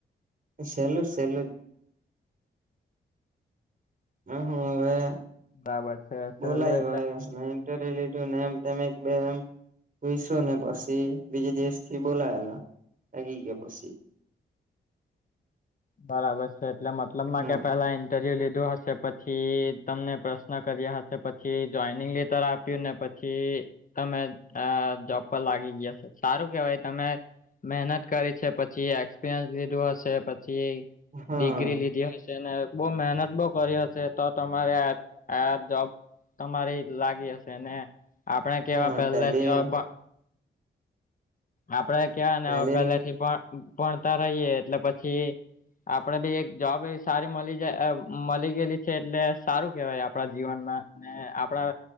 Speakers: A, on the right; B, on the left.
A: સેલુ સેલું જ હ હું હવે
B: બરાબર છે સહેલું
A: બોલાયવા
B: એટલે
A: અને ઇન્ટરવ્યુ લીધું ને એમ તેમ બે એમ પુઈશુ ને પછી બીજે દિવસ થી બોલાવેલો લાગી ગયો પસી.
B: બરાબર છે એટલે મતલબ માં
A: હમ
B: કે પેલા ઇન્ટરવ્યુ લીધું હશે પછી તમને પ્રશ્ન કર્યા હશે પછી જોઈનિંગ લેટર આપ્યું ને પછી પછી તમે અ જોબ પર લાગી ગયા છો સારું કેવાય તમે મહેનત કરી છે પછી એક્સપિરયન્સ લીધું હશે પછી
A: હા
B: ડિગ્રી લીધી હશે. ને બહ મહેનત બહ કરી હશે તો તમારે આ આ જોબ તમારી લાગી હશે ને આપડે કેવા
A: હા
B: પહેલે
A: ટેલી
B: થી અભણ આપડે કેવાય
A: ટેલી
B: ને હવે પેલે થી ભણતા રહીએ એટલે પછી આપડે બી એક જોબ એવી સારી મળી મળી ગયેલી છે એટલે સારું કેહેવાય આપણા જીવનમાં ને આપડા